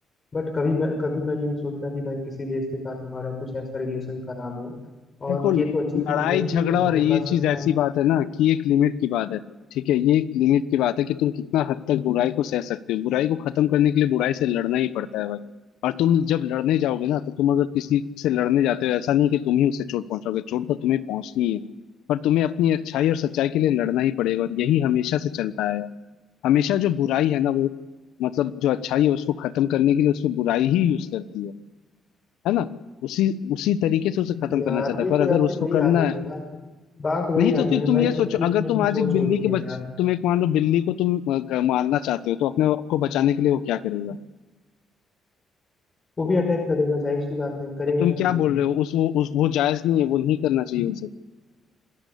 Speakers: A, on the left; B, on the left.
A: बट कभी मैं कभी मैं ये नहीं सोचता कि भाई किसी देश के साथ हमारा कुछ ऐसा रिलेशन खराब हो
B: देखो
A: और
B: लड़ाई
A: ये तो अच्छी चीज है
B: झगड़ा
A: कि हमारे
B: और ये
A: पास
B: चीज
A: इतना
B: ऐसी बात है ना कि एक लिमिट की बात है ठीक है ये एक लिमिट की बात है कि तुम कितना हद तक बुराई को सह सकते हो बुराई को खत्म करने के लिए बुराई से लड़ना ही पड़ता है भाई और तुम जब लड़ने जाओगे ना तो तुम अगर किसी से लड़ने जाते हो ऐसा नहीं कि तुम ही उसे चोट पहुंचाओगे चोट तो तुम्हें पहुंचनी है पर तुम्हें अपनी अच्छाई और सच्चाई के लिए लड़ना ही पड़ेगा और यही हमेशा से चलता आया है हमेशा जो बुराई है ना वो मतलब जो अच्छाई है उसको खत्म करने के लिए उसको बुराई ही यूज करती है है ना उसी उसी तरीके से उसे खत्म
A: यार
B: करना चाहता है
A: ये
B: पर
A: तो यार
B: अगर
A: फिर
B: उसको
A: वही
B: करना
A: आ गई
B: है
A: ना बात बात वही
B: नहीं तो
A: आ गई
B: फिर
A: ना
B: तुम
A: भाई
B: ये
A: सबकी
B: सोचो
A: अपनी
B: अगर
A: अपनी
B: तुम आज
A: सोच
B: एक बिल्ली
A: होती
B: के
A: है
B: बच
A: यार
B: तुम एक मान लो बिल्ली को तुम अ, ग- मारना चाहते हो तो अपने आप को बचाने के लिए वो क्या करेगा
A: वो भी अटैक करेगा जाहिर सी बात है करेगा
B: तो तुम
A: क्यों
B: क्या
A: नहीं
B: बोल रहे हो उस वो उस वो जायज नहीं है वो नहीं करना चाहिए उसे